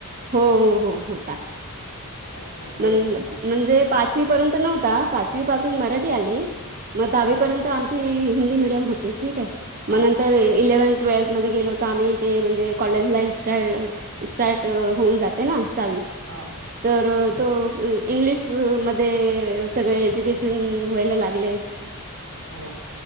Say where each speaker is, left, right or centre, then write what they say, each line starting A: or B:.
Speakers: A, on the right; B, on the right.
A: हो हो हो होता.
B: अच्छा बरं
A: म्हणजे
B: मग
A: पाचवी पर्यंत नव्हता. पाच पासून मराठी आली. मग दहावी
B: हां
A: पर्यंत आम्ही मी हिंदी मिडीयम होते ठीक आहे.
B: हां
A: नंतर इलेव्हन ट्वेल्थमध्ये गेलो तर, आम्ही ते म्हणजे कॉलेज लाईफस्टाईल. स्टार्ट होऊन जाते ना चालन.
B: हा.
A: तर तो इंग्लिश मध्ये सगळे एज्युकेशन व्हायला लागले.
B: हो.